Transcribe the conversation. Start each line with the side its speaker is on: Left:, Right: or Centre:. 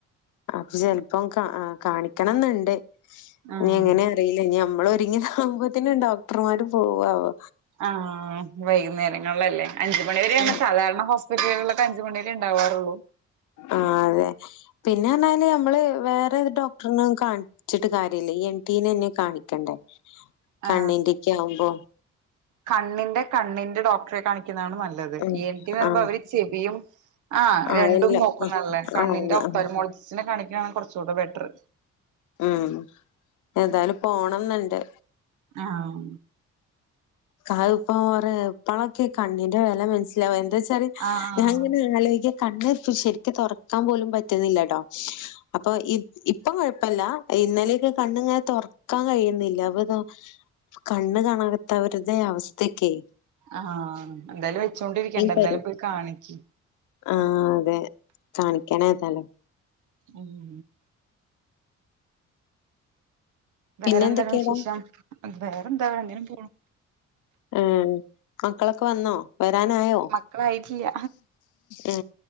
Left: അപ്പൊ ചെലപ്പം കാണിക്കണംന്നുണ്ട്
Right: ആഹ്
Left: ഇനി എങ്ങനെ അറിയി ഇല്ലഞമ്മള് ഒരുങ്ങി ഇതവുമ്പോതെന് ഡോക്ടർമാര് പോവാവോ.
Right: ആ വൈകുന്നേരങ്ങളല്ലേ അഞ്ചുമണി വരെയാണ്
Left: ആ
Right: സാധാരണ ഹോസ്പിറ്റലുകളിൽ അഞ്ച് മണിരെ ഇണ്ടവാറുള്ളൂ.
Left: ആ അതെ പിന്നെ എന്നാല് നമ്മള് വേറെ ഡോക്ടറിനന്നും കാണിച്ചിട്ട് കാര്യില്ല ഈ എൻ ടിനന്നെ കാണിക്കണ്ടേ. <inaudible>
Right: ആ
Left: കണ്ണിന്റെക്കെ ആവുമ്പോ
Right: കണ്ണിന്റെ കണ്ണിന്റെ ഡോക്ടറെ കാണിക്കുന്നതാണ് നല്ലത് അ
Left: ഉം
Right: ഈ ൻ ടി എന്ന് പറയുമ്പോ
Left: ആഹ്
Right: അവർ ചെവിയും ആ
Left: ആഹ്
Right: രണ്ടും
Left: എല്ല
Right: നോക്കുന്നല്ലേ കണ്ണിന്റെ
Left: ആഹ്
Right: ഒഫ്താൽമോളജിസ്റ്റിനെ കാണിക്കാണ് കൊറച്ചൂടെ ബെറ്റർ.
Left: ഉം ഏതാലും പോണംന്നുണ്ട്.
Right: ആഹ്
Left: <unintelligible> ഇപ്പളൊക്കെ കണ്ണിന്റെ വില മനസ്സിലാവും എന്താ വെച്ചാ
Right: ആഹ്
Left: ഞാൻ ഇങ്ങനെ ആലോചക കണ്ണ് ശരിക്ക തുറക്കാൻ പോലും പറ്റുന്നില്ലട്ടോ അപ്പൊ ഇ, ഇപ്പൊ കൊഴപ്പല്ല ഇന്നലക്കെ കണ്ണിങ്ങനെ തൊ വക്കാൻ കഴിയുന്നില്ല അപ്പൊ ഇതാ കണ്ണ് കാണാത്തവരുടെ അവസ്ഥേക്കെ.
Right: ആഹ് എന്തായാലും വെച്ചോണ്ടിരിക്കണ്ട
Left: പരി
Right: എന്തായാലും പോയി കാണിക്ക്.
Left: ആഹ് അതെ കാണിക്കാനായതാലോ.
Right: ഉം
Left: പിന്നെന്തൊക്കെയാടാ
Right: വേറെന്താണ് വിശേഷം വേറെ എന്താ ഇങ്ങനെ പോണു
Left: ഏ മക്കളൊക്കെ വന്നോ? വരാനായോ?
Right: മക്കളായിട്ടില്ല
Left: ആ